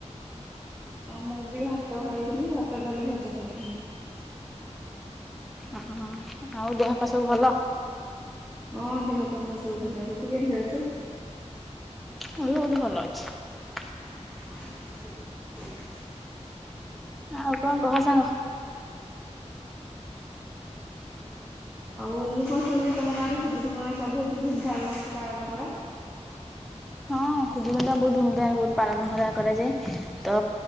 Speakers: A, on the right; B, in the centre.
A: ହଁ ମୁଁ ବି ଭାତ ଖାଇଥିଲି ଭାତ ଡାଲି ଭଜା ଖାଇଥିଲି।
B: ଅଁ ହଁ। ଆଉ ଦେହପା ସବୁ ଭଲ!
A: ହଁ ଦେହ ପା ମୋର ସବୁ ଭଲ ଅଛି। ତୁ କେମିତି ଅଛୁ?
B: ମୁଁ ବି ବୋହୁତ ଭଲ ଅଛି।
A: <inaudible>
B: ଆଉ କଣ କହ ସାଙ୍ଗ।
A: ଆଉ ମୁଁ କଣ ଶୁଣିଲି ତମ ଗାଁରେ ଖୁଦୁରୁକୁଣୀ ଓଷା ବୋହୁତ ଧୁମଧାମର ସହିତ ପାଳନ କର।
B: ହଁ ଖୁଦୁରୁକୁଣୀ ପା ବୋହୁତ ଧୁମଧାମରେ ବୋହୁତ ପାଳନ ହରା କରାଯାଏ। ତ